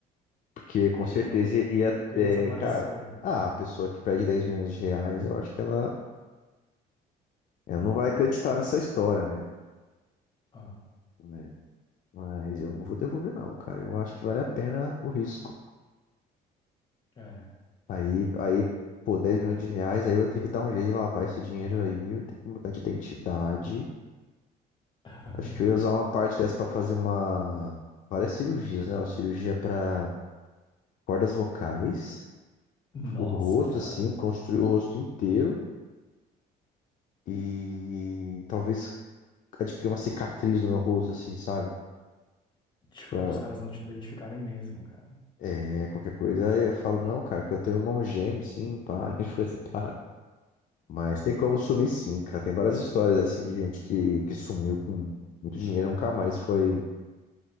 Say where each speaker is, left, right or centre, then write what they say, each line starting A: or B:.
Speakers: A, on the left (about 50°); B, on the left (about 25°).
A: Porque com
B: Tu
A: certeza
B: ia, desa-
A: ia
B: tu
A: ter,
B: ia desaparecer,
A: cara,
B: velho.
A: ah, a pessoa que perde 10 milhões de reais, eu acho que ela, ela não vai acreditar nessa história, né?
B: Ah,
A: Né? Mas eu não vou devolver não, cara. Eu acho que vale a pena o risco.
B: é.
A: Aí, aí, pô, 10 milhões de reais, aí eu ia ter que dar um jeito de lavar esse dinheiro aí, eu ia ter que mudar de identidade.
B: <laughs>
A: Acho que eu ia usar uma parte dessa pra fazer uma várias cirurgias, né? Uma cirurgia pra cordas vocais,
B: Nossa,
A: o rosto
B: cara.
A: assim, construir o rosto inteiro. E talvez adquirir uma cicatriz no meu rosto, assim, sabe?
B: Tipo,
A: Pra
B: pros caras não te identificarem mesmo, cara.
A: é, qualquer coisa. Aí eu falo, não, cara, que eu tenho um irmão gêmeo, sim, pá, <laughs> a gente foi separar. Mas tem como sumir, sim, cara. Tem várias histórias, assim, de gente que, que sumiu com muito dinheiro e nunca mais foi,